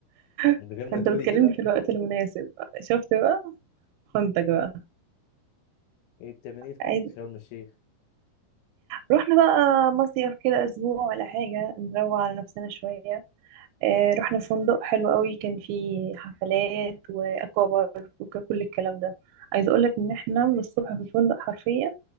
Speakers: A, on the left; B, on the right.
A: من
B: <laughs>
A: غير ما
B: انت
A: تقولي
B: بتكلمني
A: كده
B: في الوقت المناسب شفت بقى خنتك بقى
A: ايه بتعملي إيه في كفر
B: عايز
A: شرم الشيخ
B: رحنا بقى مصيف كده اسبوع ولا حاجه نروق على نفسنا شويه آه، رحنا فندق حلو قوي كان فيه حفلات واكوا بارك وكل الكلام ده عايزه اقول لك ان احنا من الصبح في الفندق حرفيا